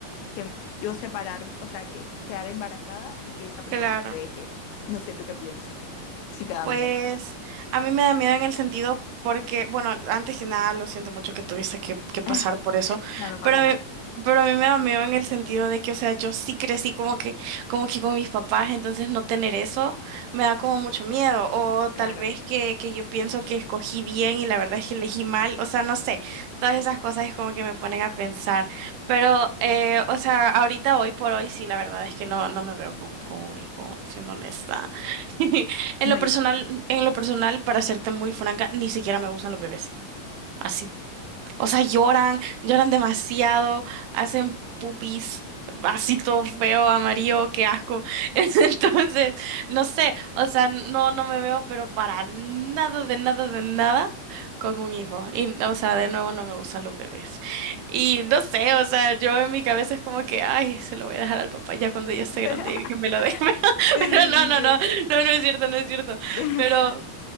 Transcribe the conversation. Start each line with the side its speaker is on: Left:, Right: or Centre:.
Left: que yo separarme, o sea, que quedar embarazada y que esa persona
Right: claro.
Left: te deje. No sé tú qué piensas, si te da
Right: Pues
Left: miedo.
Right: a mí me da miedo en el sentido porque, bueno, antes que nada, lo siento mucho que tuviste que, que pasar
Left: <laughs>
Right: por eso,
Left: no, no pasa
Right: pero a
Left: nada,
Right: mí, pero a mí me da miedo en el sentido de que, o sea, yo sí crecí como que, como que con mis papás, entonces no tener eso me da como mucho miedo, o tal
Left: claro.
Right: vez que, que yo pienso que escogí bien y la verdad es que elegí mal, o sea, no sé, todas esas cosas es como que me ponen a pensar, pero, eh, o sea, ahorita, hoy por hoy, sí, la verdad es que no, no me veo con, con un hijo, siendo honesta. <laughs> En
Left: No,
Right: lo
Left: yo
Right: personal,
Left: tampoco.
Right: en lo personal, para serte muy franca, ni siquiera me gustan los bebés. Así. O sea, lloran, lloran demasiado, hacen pupis, así todo feo, amarillo, qué asco. <laughs> Entonces, no sé, o sea, no, no me veo, pero para nada, de nada, de nada con un hijo. Y, o sea, de nuevo no me gustan los bebés. Y no sé, o sea, yo en mi cabeza es como que, ay, se lo voy a dejar al papá ya cuando ya esté
Left: <laughs>
Right: grande, ya que me lo deje. <laughs>
Left: sí, sí,
Right: Pero no, no,
Left: sí,
Right: no, no, no es cierto, no es cierto.
Left: sí.
Right: Pero,
Left: <laughs>